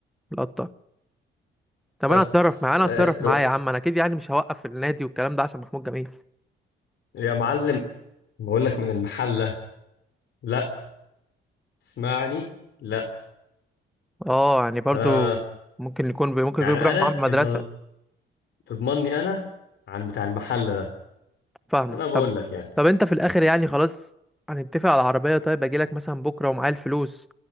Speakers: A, in the centre; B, on the left.
A: لقطة طب
B: بس
A: انا هتصرف معاه انا
B: آه
A: هتصرف
B: لو-
A: معاه يا عم انا اكيد يعني مش هوقف في النادي والكلام ده عشان محمود جميل
B: يا معلم بقول لك من المحلة لا اسمعني لا
A: اه يعني برضو
B: انا
A: ممكن يكون بي... ممكن
B: يعني
A: يكون بيروح
B: انا
A: معاه من المدرسة
B: انت تضمني انا عن بتاع المحلة ده
A: فاهمك
B: انا بقول
A: طب
B: لك يعني
A: طب انت في الاخر يعني خلاص هنتفق على العربية طيب اجي لك مثلا بكرة ومعايا الفلوس